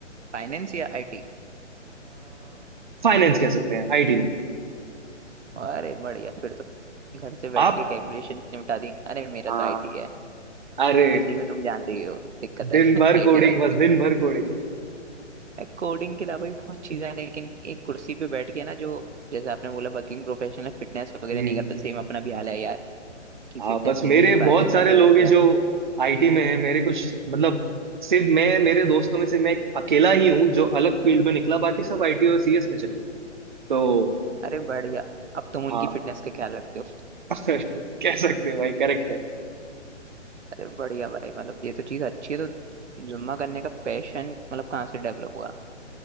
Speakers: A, on the right; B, on the right.
A: फाइनेंस या आईटी
B: फाइनेंस कह सकते हैं आईटी नहीं
A: अरे बढ़िया फिर तो घर से बैठ
B: आप
A: के कैलकुलेशन निपटा दी अरे मेरा
B: हाँ
A: तो आईटी है
B: अरे
A: दिल्ली में तुम जानते ही हो दिक्कत है
B: दिन भर
A: <laughs> आईटी
B: कोडिंग
A: वालों
B: बस
A: की
B: दिन भर कोडिंग
A: कोडिंग के अलावा भी बहुत चीजें हैं लेकिन एक कुर्सी पे बैठ के ना जो जैसे आपने बोला वर्किंग प्रोफेशनल फिटनेस वगैरह
B: हम्म
A: नहीं करते सेम अपना भी हाल है यार कि
B: हाँ
A: फिटनेस
B: बस
A: नहीं
B: मेरे
A: देख
B: बहुत
A: पाते
B: सारे
A: बैठे
B: लोग
A: रहते
B: हैं
A: हैं
B: जो आईटी में हैं मेरे कुछ मतलब सिर्फ मैं मेरे दोस्तों में से मैं एक अकेला ही हूँ जो अलग फील्ड में निकला बाकी सब आईटी और सीएस में चले गए तो
A: अरे बढ़िया अब तुम उनकी
B: हाँ
A: फिटनेस का ख्याल रखते हो
B: <laughs> कह सकते हैं भाई करेक्ट है
A: अरे बढ़िया भाई मतलब ये तो चीज अच्छी है तो जुम्मा करने का पैशन मतलब कहाँ से डेवलप हुआ